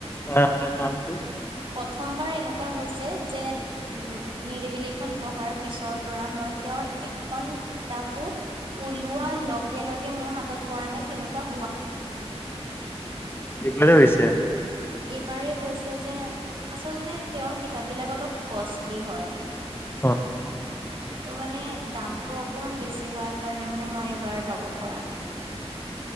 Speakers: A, on the left; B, on the right.
A: অ অ নামটো?
B: প্ৰথমবাৰ এনেকুৱা হৈছে যে নি নি নিৰিবিলি খন পঢ়াৰ পিছৰ পৰা মই তেওঁৰ এখন কিতাপো, ওলোৱাৰ লগে লগে মোৰ হাতত কৰা নে কেনোকা?
A: দিপ্লেজাৰ আহিছে।
B: এইবাৰেই হৈছে যে আচলতে তেওঁৰ কিতাপ বিলাক অলপ কষ্টলি হয়।
A: অঁহ।
B: ত' মানে দামটো অকমান বেছি হোৱাৰ কাৰণে মানে মই এইবাৰ ল'ব পৰা নাই।